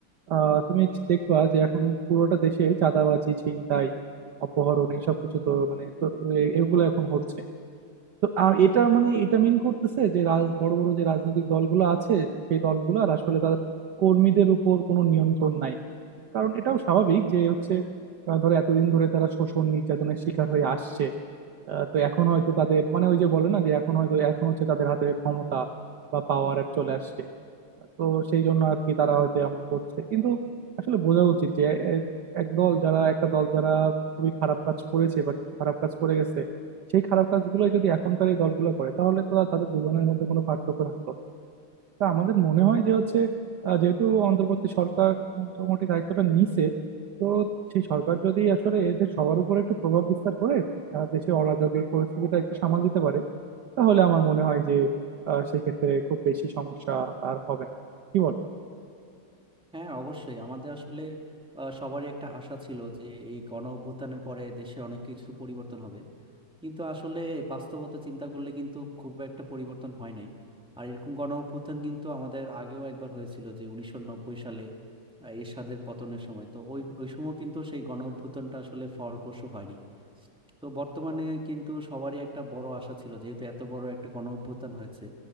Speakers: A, on the right (about 60°); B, in the centre.
A: আহ তুমি দেখবা যে এখন পুরোটা দেশে চাঁদাবাজি ছিনতাই অপহরণ এইসব কিছু তো মানে তো এ- এগুলো এখন হচ্ছে তো আর এটা মানে এটা মিন করতেছে যে রাজ বড় বড় যে রাজনৈতিক দলগুলো আছে সেই দলগুলোর আসলে তাদের কর্মীদের উপর কোনো নিয়ন্ত্রণ নাই কারণ এটাও স্বাভাবিক যে হচ্ছে আহ, ধরো এতদিন ধরে তারা শোষণ নির্যাতনের শিকার হয়ে আসছে আহ, তো এখন হয়তো তাদের মানে ওই যে বলে না যে এখন হয়তো এখন হচ্ছে তাদের হাতে ক্ষমতা বা পাওয়ার চলে আসছে তো সেই জন্য আর কি তারা হয়তো এমন করছে কিন্তু আসলে বোঝা উচিত যে এ- এক দল যারা একটা দল যারা খুবই খারাপ কাজ করেছে বা কিছু খারাপ কাজ করে গেছে সেই খারাপ কাজগুলো যদি এখনকার এই দলগুলো করে তাহলে তো আর তাদের দুজনের মধ্যে কোনো পার্থক্য থাকলো না। তা আমাদের মনে হয় যে হচ্ছে আহ, যেহেতু অন্তর্বর্তী সরকার মোটামুটি দায়িত্বটা নিছে তো সেই সরকার যদি আসলে এদের সবার উপর একটু প্রভাব বিস্তার করে আহ, দেশে অরাজক এই পরিস্থিতিটা একটু সামাল দিতে পারে তাহলে আমার মনে হয় যে আহ, সেক্ষেত্রে খুব বেশি সমস্যা আর হবে না কি বল
B: হ্যাঁ অবশ্যই আমাদের আসলে আহ, সবারই একটা আশা ছিল যে এই গণ অভ্যুত্থানের পরে দেশে অনেক কিছু পরিবর্তন হবে কিন্তু আসলে বাস্তবতা চিন্তা করলে কিন্তু খুব একটা পরিবর্তন হয় নাই আর এরকম গণ অভ্যুত্থান কিন্তু আমাদের আগেও একবার হয়েছিল যে উনিশশো নব্বই সালে আহ, এরশাদের পতনের সময় তো ওই ওই সময় কিন্তু সেই গণ অভ্যুত্থানটা আসলে ফলপ্রসূ হয়নি তো বর্তমানে কিন্তু সবারই একটা বড় আশা ছিল যেহেতু এত বড় একটা গণ অভ্যুত্থান হয়েছে